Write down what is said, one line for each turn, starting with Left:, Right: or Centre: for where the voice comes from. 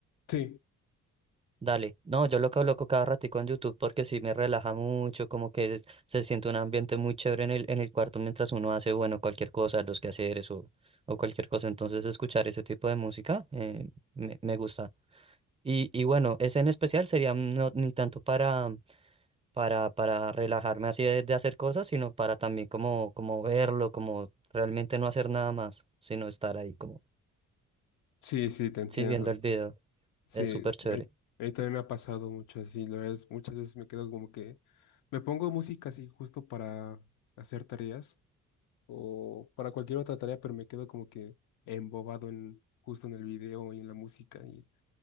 Left: Sí,
Right: Dale. No, yo lo coloco cada ratico en YouTube porque sí me relaja mucho, como que se siente un ambiente muy chévere en el, en el cuarto mientras uno hace, bueno, cualquier cosa, los quehaceres o, o cualquier cosa. Entonces, escuchar ese tipo de música eh, me, me gusta. Y, y bueno, ese en especial sería no, ni tanto para para, para relajarme así de, de hacer cosas, sino para también como, como verlo, como realmente no hacer nada más, sino estar ahí como,
Left: sí, sí, te entiendo.
Right: sí, viendo el video.
Left: Sí,
Right: Es súper chévere.
Left: a mí a mí también me ha pasado mucho así, la verdad, es- muchas veces me quedo como que me pongo música así justo para hacer tareas o para cualquier otra tarea, pero me quedo como que embobado en justo en el video y en la música y